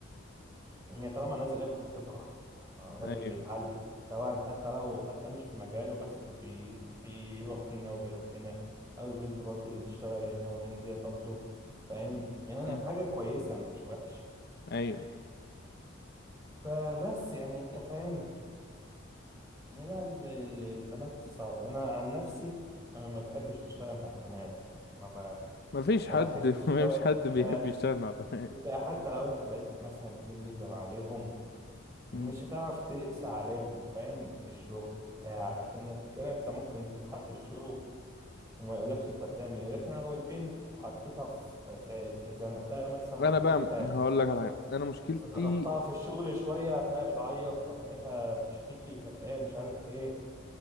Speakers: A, on the right; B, on the left.
A: يعني طالما نازل ياخد خبره الراجل
B: ايوه
A: بيتعلم سواء حتى لو حتى مش في مجاله بس بي بيروح هنا وبيروح هنا او البنت برضو اللي بتشتغل هنا وهنا دي برضو فاهم يعني
B: امم
A: حاجه كويسه مش وحشه
B: ايوه
A: فبس يعني انت فاهم لا ال- ال- البنات صعب انا عن نفسي انا ما بحبش اشتغل مع بنات ما ب...
B: ما فيش
A: ما
B: حد
A: بحبش
B: <laughs> ما
A: أول
B: فيش حد
A: بيبقى
B: بيحب يشتغل مع بنات
A: بيبقى حتى لو أنت بقيت مثلا تيم ليدر عليهم مش
B: مم.
A: هتعرف تقسى عليهم فاهم في الشغل بتاع لكن الرجالة أنت ممكن تفحت الشغل وما يقولكش أنت بتعمل إيه لكن لو البنت حطيتها في في في زنقتها مثلا
B: انا
A: في
B: بقى
A: حتة
B: هقول لك على حاجه انا مشكلتي
A: ضغطتها في الشغل شوية هتلاقيها بتعيط هتلاقيها بتشتكي هتلاقيها مش عارف إيه